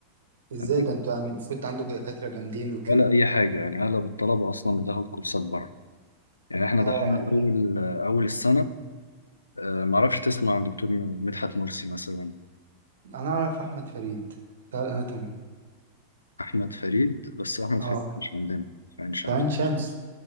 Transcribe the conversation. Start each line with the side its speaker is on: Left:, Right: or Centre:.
Right: ازاي
Left: تمام
Right: ده انتوا يعني المفروض عندكم دكاترة جامدين وكده
Left: ولا أي حاجة يعني أغلب الطلبة أصلا بتاخد كورسات بره يعني إحنا
Right: اه
Left: دخلنا أول آه، أول السنة آه، معرفش تسمع عن دكتور مدحت مرسي مثلا
Right: انا اعرف احمد فريد بتاع الاناتومي
Left: أحمد فريد بس أحمد
Right: اه
Left: فريد مش عندنا في عين شمس
Right: كمان شمس